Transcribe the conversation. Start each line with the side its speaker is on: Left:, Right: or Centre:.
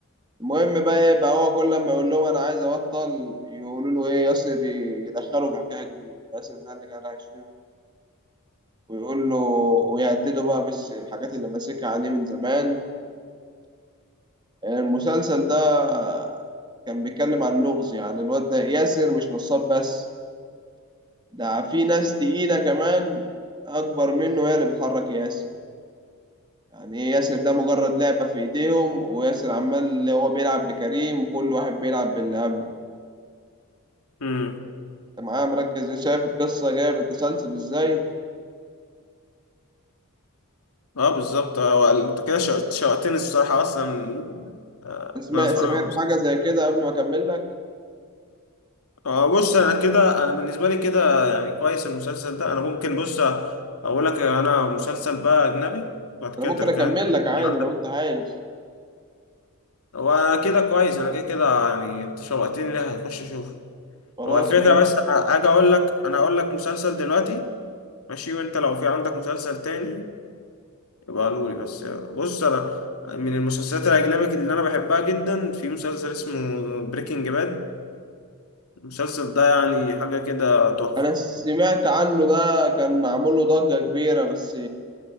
Right: المهم بقى ايه بقى هو كل لما يقول لهم انا عايز ابطل يقولوا له ايه ياسر ي- يدخله في حكايه جديده ياسر ده اللي كان هيشتمه ويقول له ويهدده بقى بس الحاجات اللي ماسكها عليه من زمان المسلسل ده كان بيتكلم عن اللغز يعني الواد ده ياسر مش نصاب بس ده في ناس تقيلة كمان أكبر منه هي اللي بتحرك ياسر يعني إيه ياسر ده مجرد لعبة في إيديهم وياسر عمال اللي هو بيلعب بكريم كل واحد بيلعب باللي قبله
Left: امم
Right: أنت معايا مركز إيه؟ شايف القصة جاية بالتسلسل إزاي
Left: اه بالظبط آه، وال- انت كده شوق- شوقتني الصراحه اصلا آه،
Right: سمعت
Left: ان انا اتفرج
Right: سمعت
Left: على مسلسل
Right: حاجة زي كده قبل ما أكمل لك
Left: اه بص انا كده انا بالنسبه لي كده يعني كويس المسلسل ده انا ممكن بص اقول لك انا مسلسل بقى اجنبي وبعد كده
Right: أنا ممكن
Left: ترجع
Right: أكمل
Left: انت تحكي
Right: لك عادي
Left: عندك
Right: لو أنت عايز
Left: هو كده كويس انا كده كده يعني انت شوقتني ليه هخش اشوفه
Right: خلاص
Left: هو الفكره
Right: ماشي
Left: بس أنا هاجي اقول لك انا اقول لك مسلسل دلوقتي ماشي وانت لو في عندك مسلسل تاني يبقى قولولي بس بص انا من المسلسلات الاجنبي اللي انا بحبها جدا في مسلسل اسمه بريكنج باد المسلسل ده يعني حاجه كده تحفه
Right: أنا سمعت عنه ده كان معمول له ضجة كبيرة بس